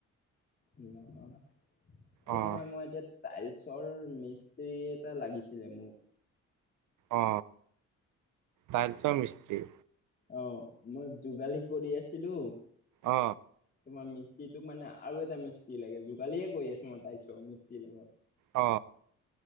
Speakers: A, on the left; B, on the right.
A: নহয় এইটো
B: অ',
A: আমাৰ মই এতিয়া টাইলছৰ মি ইস্ত্ৰী এটা লাগিছিলে মোক
B: অ টাইলচৰ মিস্ত্ৰী
A: অ মই যোগালী কৰি আছিলো
B: অ
A: তোমাৰ মিস্ত্ৰীটোক মানে আৰু এটা মি্ত্ৰী লাগে যোগালীয়েে কৰি আছো মই তাইক চব মিস্তিৰ লগত
B: অ